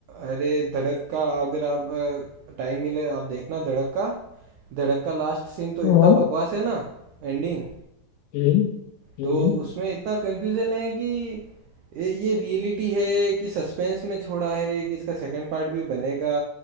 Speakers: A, on the right; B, on the left.
A: अरे धड़क का अगर आप टाइम मिले आप देखना धड़क का धड़क का लास्ट सीन तो
B: हाँ
A: इतना बकवास है ना एंडिंग
B: हम्म हम्म
A: तो उसमें इतना कंफ्यूजन है कि ये ये रियलिटी है कि सस्पेंस में छोड़ा है कि इसका सेकंड पार्ट भी बनेगा